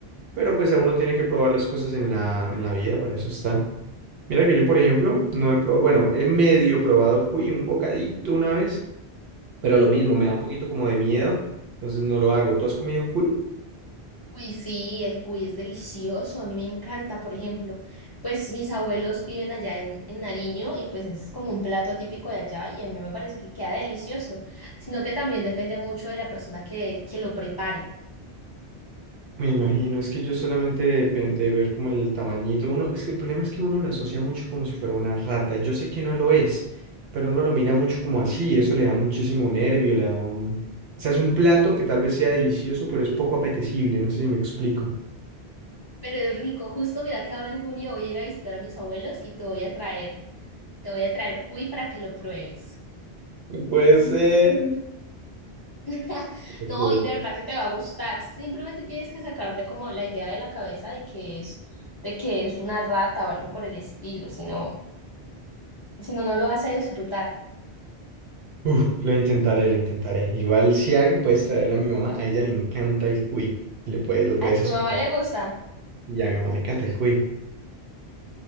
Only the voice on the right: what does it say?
Pero pues a uno tiene que probar las cosas en la, en la vida, para eso está. Mira que yo, por ejemplo, no he probado, bueno, he medio probado cuy, un bocadito una vez, pero lo mismo, me da un poquito como de miedo, entonces no lo hago. ¿Tú has comido cuy?
Me imagino, es que yo solamente de, pe- de ver como el tamañito, uno, es que el problema es que uno lo asocia mucho como si fuera una rata, y yo sé que no lo es, pero uno lo mira mucho como así, y eso le da muchísimo nervio, le da un... O sea, es un plato que tal vez sea delicioso, pero es poco apetecible, no sé si me explico.
Puede ser.
Ok,
ok.
Uf, lo intentaré, lo intentaré. Igual si algo puedes traerle a mi mamá, a ella le encanta el cuy, y le puedes, lo puedes
asociar,
y a mi mamá le encanta el cuy.